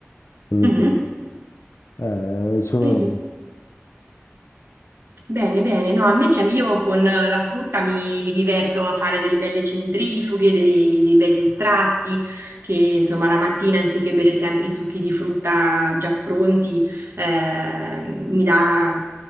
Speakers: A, on the left; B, on the right.
A: con lo
B: Mhm.
A: zenzero. Eh, sono...
B: Vedi? Bene, bene. No, invece io con la frutta mi, mi diverto a fare delle belle centrifughe, dei, dei begli estratti, che insomma la mattina anziché bere sempre i succhi di frutta già pronti, eh, mi dà,